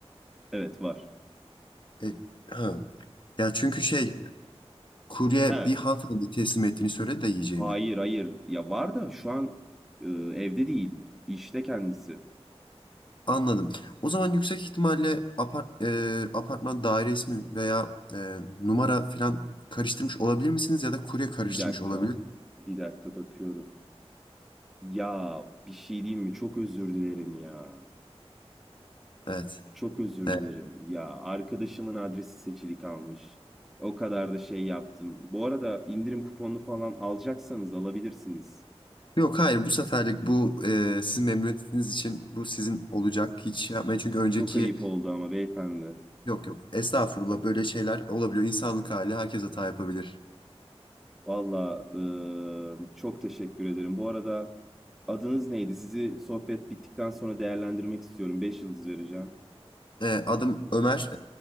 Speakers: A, in the centre; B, on the left.
A: Evet var.
B: E, ha. Ya çünkü şey kurye
A: He
B: bir hanımefendi teslim ettiğini söyledi de yiyeceğini.
A: Hayır hayır ya var da şu an e, evde değil işte kendisi.
B: Anladım. O zaman yüksek ihtimalle apart, e, apartman daire ismi veya e, numara falan karıştırmış olabilir misiniz ya da kurye karıştırmış
A: Bir dakika
B: olabilir.
A: bir dakika bakıyorum. Ya bir şey diyeyim mi çok özür dilerim ya.
B: Evet.
A: Çok özür
B: Evet.
A: dilerim ya arkadaşımın adresi seçili kalmış. O kadar da şey yaptım. Bu arada indirim kuponu falan alacaksanız alabilirsiniz.
B: Yok hayır bu seferlik bu e, sizin memnuniyetiniz için bu sizin olacak. Hiç şey yapmayın çünkü önceki
A: Çok ayıp oldu ama beyefendi.
B: yok yok estağfurullah böyle şeyler olabiliyor. İnsanlık hali herkes hata yapabilir.
A: Valla eee, çok teşekkür ederim. Bu arada adınız neydi? Sizi sohbet bittikten sonra değerlendirmek istiyorum. 5 yıldız vereceğim.
B: E, adım Ömer.